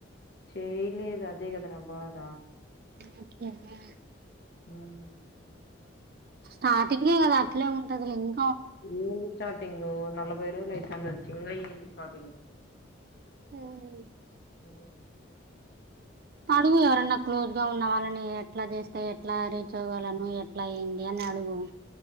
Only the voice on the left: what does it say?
చేయ్ లేదు, అదే కదా నా బాధ.
హుమ్మ్
ఏంది చాటింగ్ నలభై రోజులు అయితాంది వచ్చి, ఇంగా ఏంది స్టార్టింగ్.
హుమ్మ్